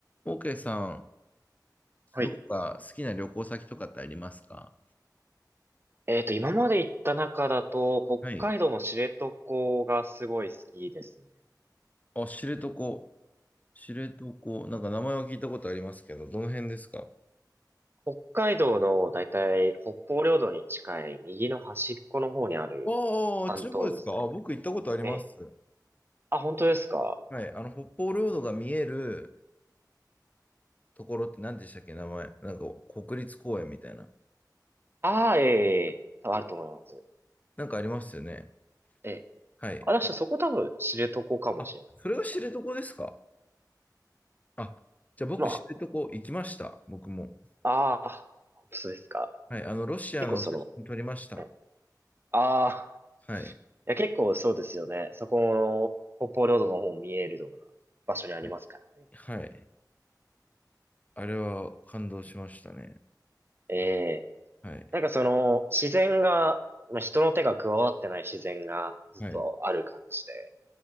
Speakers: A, on the left (about 20°); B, on the right (about 30°).
A: オーケーさん、
B: はい。
A: どこか好きな旅行先とかってありますか
B: えっと、今まで行った中だと、北海道の知床
A: はい。
B: がすごい好きですね。
A: あ、知床。知床。なんか名前は聞いたことありますけど、どの辺ですか
B: 北海道のだいたい北方領土に近い右の端っこの方にある半島ですね。
A: ああ、あっちの方ですかあ、僕行ったことあります。
B: ええ。あ、本当ですか
A: はい。あの、北方領土が見えるところって何でしたっけ名前。なんか国立公園みたいな。
B: ああ、ええ、ええ多分あると思います。
A: なんかありますよね。
B: ええ。
A: はい。
B: あ、だからそこ多分知床かもしれないです。
A: あ、それが知床ですかあ、じゃあ僕知床行きました。
B: ま
A: 僕も。
B: あ、ああ、そうですか。
A: はい。あの、ロシアの写真撮りました。
B: 結構その、ね、ああ、
A: はい。
B: いや結構そうですよね。そこの北方領土の方も見えるような場所にありますからね。
A: はい。はいあれは感動しましたね。
B: ええ。
A: はい。
B: なんかその、自然が、まあ、人の手が加わってない自然がずっとある感じで。
A: はい。